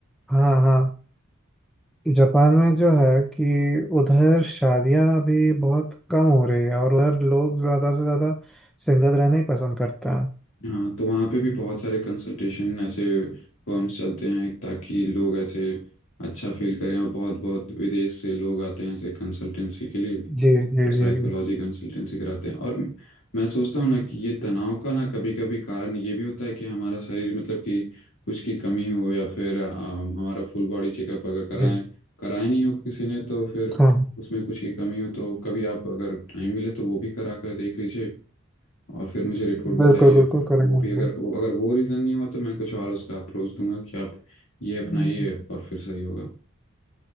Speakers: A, in the centre; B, on the left.
A: हाँ हाँ जापान में जो है कि उधर शादियां अभी बहुत कम हो रही है और उधर लोग ज्यादा से ज्यादा सिंगल रहना ही पसंद करते हैं
B: हाँ तो वहाँ पे भी बहुत सारे कंसल्टेशन ऐसे फर्म्स चलते हैं ताकि लोग ऐसे अच्छा फील करें और बहुत बहुत विदेश से लोग आते हैं ऐसे कंसल्टेंसी के लिए
A: जी जी
B: तो साइकोलॉजी
A: जी जी
B: कंसल्टेंसी कराते हैं और मैं सोचता हूँ ना कि ये तनाव का ना कभी कभी कारण ये भी होता है कि हमारा शरीर मतलब कि कुछ की कमी हो या फिर अ, हमारा फुल बॉडी चेकअप अगर कराएं
A: जी
B: कराए नहीं हो किसी ने तो फिर
A: हाँ
B: उसमें कुछ की कमी हो तो कभी आप अगर टाइम मिले तो वो भी करा कर देख लीजिए और फिर मुझे रिपोर्ट बताइए
A: बिल्कुल बिल्कुल
B: फिर
A: करेंगे
B: वो
A: हम
B: भी अगर
A: भी।
B: वो अगर वो रीज़न नहीं हुआ तो मैं कुछ और उसका अप्रोच दूंगा कि आप ये अपनाइए
A: हम्म।
B: और फिर सही होगा